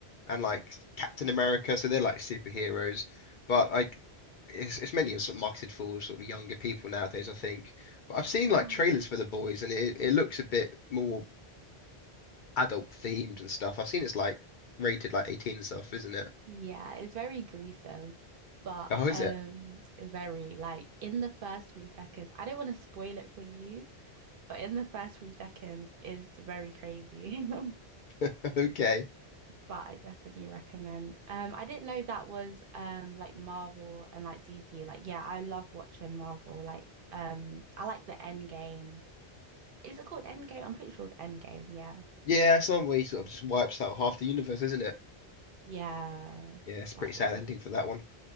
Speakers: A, on the left (about 60°); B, on the right (about 60°).
A: and like Captain America, so they're like superheroes. But like it's it's mainly sort of marketed for sort of younger people nowadays, I think. But I've seen
B: Ah,
A: like trailers for The Boys and it, it looks a bit more adult themed and stuff. I've seen it's like rated like 18 and stuff, isn't it?
B: yeah, it's very gruesome, but
A: Oh, is
B: um,
A: it?
B: very like in the first three seconds. I don't want to spoil it for you. But in the first three seconds is very crazy. <laughs>
A: <laughs> Okay.
B: But I definitely recommend. Um, I didn't know that was um like Marvel and like DC. Like, yeah, I love watching Marvel. Like, um, I like the End Game. Is it called End Game? I'm pretty sure it's End Game. Yeah,
A: Yeah, some way sort of just wipes out half the universe, isn't it?
B: yeah,
A: Yeah, it's a
B: that
A: pretty sad
B: one.
A: ending for that one.